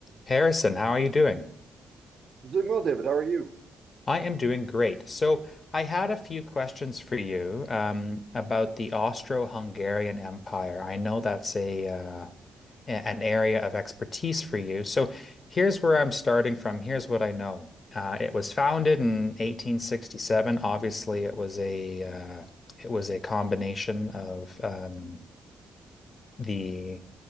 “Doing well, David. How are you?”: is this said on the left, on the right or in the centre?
Right